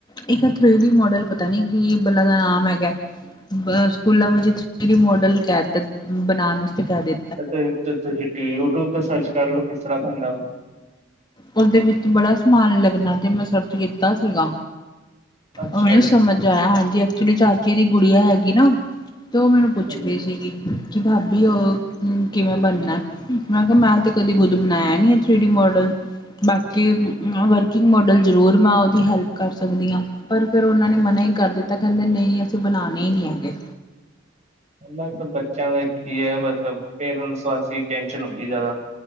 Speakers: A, on the left; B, on the right.
A: ਇੱਕ ਥ੍ਰੀ ਡੀ ਮਾਡਲ ਪਤਾ ਨੀ ਕਿ ਬੱਲਾਂ ਦਾ ਨਾਮ ਹੈਗਾ! ਬ, ਸਕੂਲਾਂ ਵਿੱਚ ਥ੍ਰੀ ਡੀ ਮੋਡਲ ਕਹਿ ਦੇਣ--ਬਣਾਉਣ ਵਾਸਤੇ ਕਹਿ ਦੇ
B: ਫੇਰ ਤੇ ਕੀ ਯੂਟਿਊਬ ਤੇ ਸਰਚ ਕਰ ਲਓ, ਕਿਸ ਤਰ੍ਹਾਂ ਬਣਦਾ ਵਾ।
A: ਉਹਦੇ ਵਿੱਚ ਬੜਾ ਸਮਾਨ ਲੱਗਣਾ ਤੇ ਮੈਂ ਸਰਚ ਕੀਤਾ ਸੀਗਾ,
B: ਅੱਛਾ
A: ਓ ਨੀ
B: ਜੀ
A: ਸਮਝ ਜਾਇਆ ਹਾਂਜੀ ਐਕਚੁਲੀ ਚਾਚੇ ਦੀ ਗੁੜੀਆ ਹੈਗੀ ਨਾ, ਤੇ ਉਹ ਮੈਨੂੰ ਪੁੱਛ
B: ਹਾਂਜੀ
A: ਰਹੀ ਸੀਗੀ ਕਿ ਭਾਬੀ ਉਹ ਕਿਵੇਂ ਬਣਨਾ, ਮੈਂ ਕਿਹਾ ਮੈਂ ਤੇ ਕਦੀ ਖੁੱਦ ਬਣਾਇਆ ਨੀ ਹੈ ਥ੍ਰੀ ਡੀ ਮਾਡਲ। ਬਾਕੀ ਮੈਂ ਵਰਕਿੰਗ ਮੋਡਲ ਜ਼ਰੂਰ ਮੈਂ ਉਹਦੀ ਹੈਲਪ ਕਰ ਸਕਦੀ ਹਾਂ। ਪਰ ਫੇਰ ਉਹਨਾਂ ਨੇ ਮਨਾ ਹੀ ਕਰ ਦਿੱਤਾ, ਕਹਿੰਦੇ ਨਹੀਂ ਅਸੀਂ ਬਣਾਉਣੇ ਹੀ ਨਹੀਂ ਹੈਗੇ।
B: ਬਸ ਬੱਚਿਆਂ ਦਾ ਕੀ ਹੈ, ਬਸ ਪੇਰੈਂਟਸ ਵਾਸਤੇ ਟੈਨਸ਼ਨ ਹੁੰਦੀ ਜ਼ਿਆਦਾ।